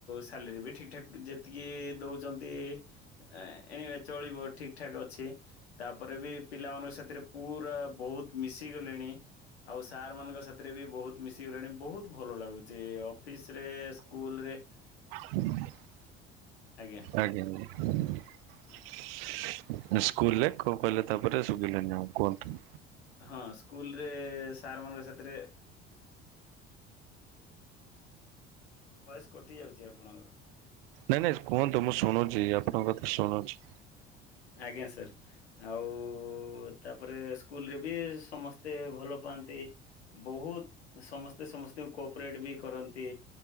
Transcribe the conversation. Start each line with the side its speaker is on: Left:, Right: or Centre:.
Left: ସାଲରୀ ବି ଠିକ୍ ଠାକ୍ ଯେତିକି ଦଉଛନ୍ତି ଏନୱେ ଚଳିବ ଠିକ ଠାକ୍ ଅଛି। ତାପରେ ବି ପିଲାମାନଙ୍କ ସାଥିରେ ପୁରା ବହୁତ ମିଶି ଗଲେଣି। ଆଉ ସାର୍ ମାନଙ୍କ ସାଥିରେ ବି ବହୁତ ମିଶିଗଲେଣି ବହୁତ ଭଲ ଲାଗୁଛି। ଅଫିସ୍ ରେ ସ୍କୁଲ ରେ।
Right: ହ <unintelligible>
Left: ଆଜ୍ଞା।
Right: ଆଜ୍ଞା ଆ ସ୍କୁଲରେ କଣ କହିଲେ ତାପରେ ସୁଭିଲାନି ଆଉ କୁହନ୍ତୁ।
Left: ହଁ ସ୍କୁଲ ରେ ସାର୍ ମାନଙ୍କ ସାଥିରେ ଭଏସ କଟି ଯାଉଚି ଆପଣଙ୍କର।
Right: ନାଇଁ ନାଇଁ କୁହନ୍ତୁ ମୁଁ ଶୁଣୁଛି ଆପଣଙ୍କ କଥା ଶୁଣୁଛି।
Left: ଆଜ୍ଞା ସାର୍। ଆଉ ତାପରେ ସ୍କୁଲ ରେ ବି ସମସ୍ତେ ଭଲ ପାଆନ୍ତି। ବହୁତ ସମସ୍ତେ ସମସ୍ତଙ୍କୁ କୋପରେଟ୍ ବି କରନ୍ତି